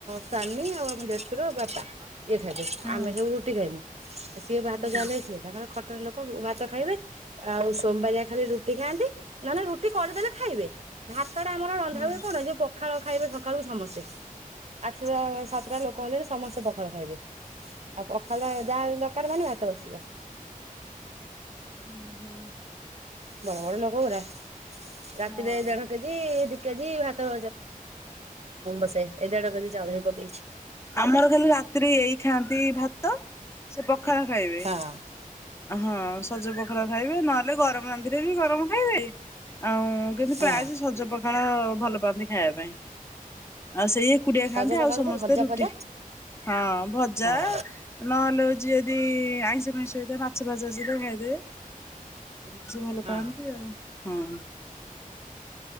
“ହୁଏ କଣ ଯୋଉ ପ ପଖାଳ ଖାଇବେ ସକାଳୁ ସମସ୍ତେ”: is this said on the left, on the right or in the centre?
Right